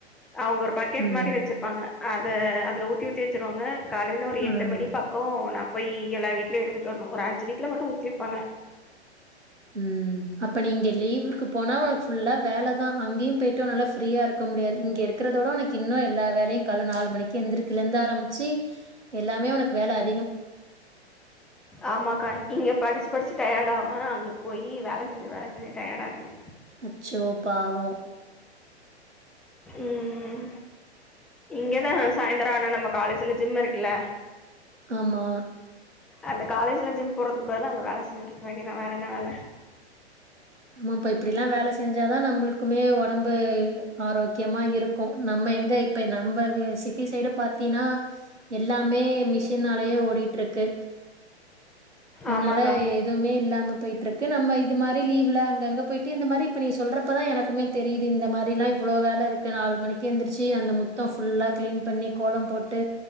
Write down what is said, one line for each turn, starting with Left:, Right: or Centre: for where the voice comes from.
Centre: அவுங்க ஒரு பக்கெட்
Right: ம்,
Centre: மாரி வச்சுருப்பாங்க அத அதுல ஊத்தி ஊத்தி வச்சுருவாங்க காலைல ஒரு எட்டு
Right: ஆ.
Centre: மணி பக்கொ நா போயி எல்லா வீட்லயு எடுத்துட்டு வர்னு ஒரு அஞ்சு வீட்ல மட்டு ஊத்தி வப்பாங்க
Right: ம் அப்ப நீங்க லீவுக்கு போனா ஒரு ஃபுல்லா வேல தா அங்கயு போய்ட்டு நல்லா ஃப்ரீயா இருக்க முடியாது இங்க இருக்கிறதோட உனக்கு இன்னு எல்லா வேலையு கால்ல நாலு மணிக்கு எந்திரிக்கெலந்து ஆரமிச்சி எல்லாமே உனக்கு வேல அ
Centre: ஆமாக்கா இங்க படிச்சு படிச்சு டயர்டாவே அங்க போயி வேல செஞ்சு வேல செஞ்சு டயர்ட் ஆகனு
Right: அச்சோ பாவொ
Centre: ம் இங்கதா சாயந்தர ஆனா நம்ம காலேஜுல ஜிம் இருக்குல்ல
Right: ஆமா
Centre: அந்த காலேஜுல ஜிம் போறதுக்கு பதிலா அங்க வேல செஞ்சுட்ருக்க வேண்டியதா வேற என்ன வேல
Right: ஆமாப்பா இப்டிலா வேல செஞ்சாதா நம்பளுக்குமே ஒடம்பு ஆரோக்கியமா இருக்கு நம்ம எங்க இப்ப நம்ப வெ சிட்டி சைடு பாத்தீன்னா எல்லாமே மிஷினாலயே ஓடிட்ருக்கு அதுனால
Centre: ஆமாக்கா
Right: எதுவ்மே இல்லாம போயிட்ரு க்கு நம்ம இது மாரி லீவ் ஃபுல்லா அங்கங்க போயிட்டு இந்த மாரி இப்ப நீ சொல்றப்பதா எனக்குமே தெரியுது இந்த மாரிலா இவ்ளோ வேல இருக்கு நாலு மணிக்கே எந்திரிச்சு அந்த முத்தோ ஃபுல்லா கிளீன் பண்ணி கோலம் போட்டு